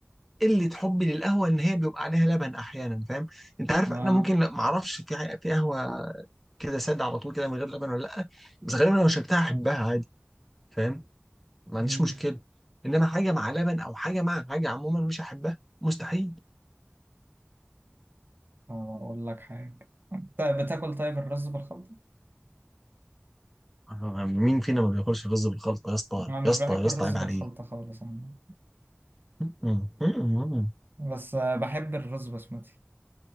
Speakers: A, in the centre; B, on the right.
A: قله حبي للقهوه ان هي بيبقى عليها لبن احيانا فاهم انت عارف
B: آه.
A: انا ممكن لا ما اعرفش في ح- في قهوه كده ساده على طول كده من غير لبن ولا لا بس غالبا لو شربتها احبها عادي فاهم ما عنديش
B: مم.
A: مشكله انما حاجه مع لبن او حاجه مع حاجه عموما مش هحبها مستحيل
B: آه، أقول لك حاجة أنت بتاكل طيب الرز بالخلطة؟
A: <laughs> آه، مين فينا ما بياكلش رز بالخلطه يا اسطى
B: أنا مش
A: يا اسطى
B: بحب
A: يا اسطى
B: الرز
A: عيب
B: بالخلطة
A: عليك
B: خالص عامة
A: <laughs> م- م- م-
B: بس آه، بحب الرز بسمتي